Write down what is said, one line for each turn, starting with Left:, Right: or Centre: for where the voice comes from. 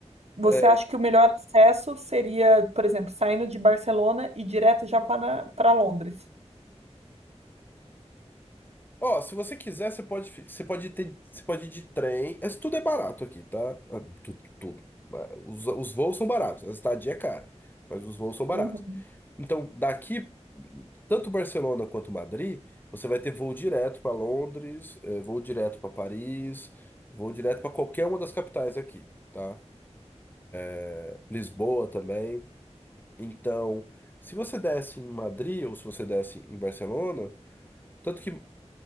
Right: Você
Left: Eh,
Right: acha que o melhor acesso seria, por exemplo, saindo de Barcelona e direto já para, para Londres?
Left: Ó, se você quiser, você pode, fi- você pode ter, você pode ir de trem. Isso tudo é barato aqui, tá? Ah, Tudo, tudo. Ah, Os, os voos são baratos, a estadia é cara, mas os voos são baratos.
Right: Uhum,
Left: Então, daqui, tanto Barcelona quanto Madrid, você vai ter voo direto para Londres, eh, voo direto para Paris, voo direto para qualquer uma das capitais aqui, tá? Eh, Lisboa também. Então, se você desce em Madrid ou se você desce em Barcelona, tanto que